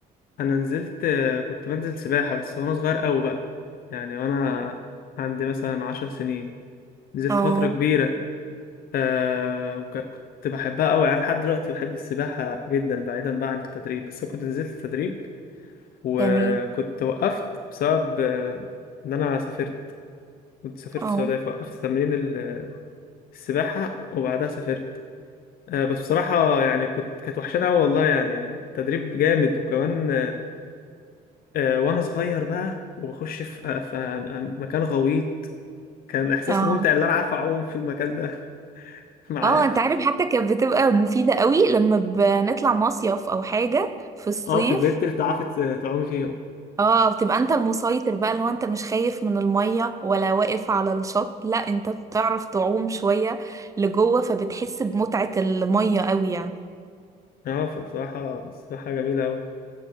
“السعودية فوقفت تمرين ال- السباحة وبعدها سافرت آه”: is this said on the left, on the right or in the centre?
Left